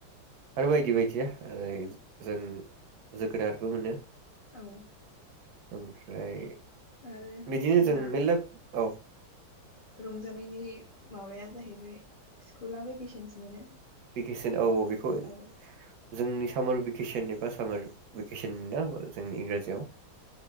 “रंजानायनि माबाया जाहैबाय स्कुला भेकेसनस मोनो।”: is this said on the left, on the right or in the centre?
Left